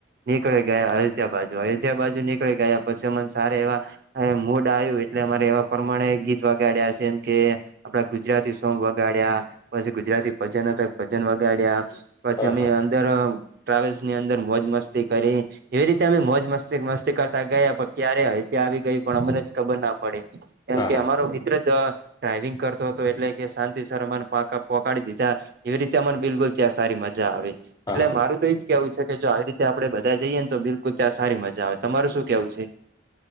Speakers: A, on the right; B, on the left.
A: નીકળી ગયા અયોધ્યા બાજુ. અયોધ્યા બાજુ નીકળી ગયા પછી મને સારા એવા. હવે મૂડ આયું એટલે અમારે એવા પ્રમાણે ગીત વાગાડ્યા છે જેમકે. આપડા ગુજરાતી સોંગ વગાડ્યા. પછી ગુજરાતી ભજન હતા ભજન વગાડ્યા. પછી
B: હા
A: અમે
B: હા
A: અંદર ટ્રાવેલ્સની અંદર મોજ મસ્તી કરી. એવી રીતે અમે મોજ મસ્તી-મસ્તી કરતા ગયા, પણ ક્યારે અયોધ્યા આવી ગયુ પણ અમને જ ખબર ના પડી. એમ
B: હા
A: કે અમારો મિત્ર જ અ ડ્રાઈવિંગ કરતો હતો એટલે કે શાંતિ સર અમાને પાકા પોકાડી દીધા. એવી રીતે અમને બિલકુલ ત્યાં સારી મજા આવી
B: હા
A: એટલે મારું તો ઈજ કે આવું છે કે જો આવી રીતે આપડે બધા જઈએ ને તો બિલકુલ ત્યાં સારી મજા આવે તમારુ શું કેવું છે?